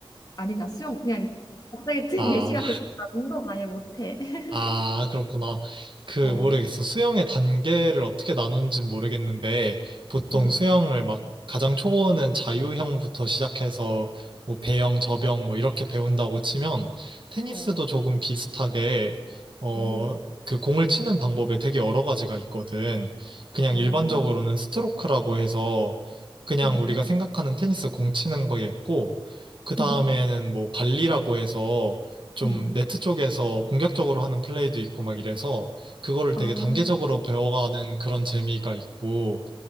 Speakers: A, on the left; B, on the right.
A: 아니 나 수영 그냥 갑자기 든
B: 아,
A: <laughs> 예시가 그거나 운동 아예 못해. <laughs>
B: 아, 그렇구나. 그,
A: 어,
B: 모르겠어. 수영의 단계를 어떻게 나누는지 모르겠는데, 보통
A: 음,
B: 수영을 막 가장 초보는 자유형부터 시작해서 뭐 배영, 저병 뭐 이렇게 배운다고 치면, 테니스도
A: 어,
B: 조금 비슷하게, 어,
A: 오,
B: 그 공을 치는 방법에 되게 여러 가지가 있거든. 그냥
A: 어,
B: 일반적으로는 스트로크라고 해서 그냥
A: 음,
B: 우리가 생각하는 테니스 공 치는 거에 있고, 그 다음에는
A: 음,
B: 뭐 발리라고 해서 좀
A: 음,
B: 네트 쪽에서 공격적으로 하는 플레이도 있고 막 이래서 그거를 되게
A: 아,
B: 단계적으로 배워가는 그런 재미가 있고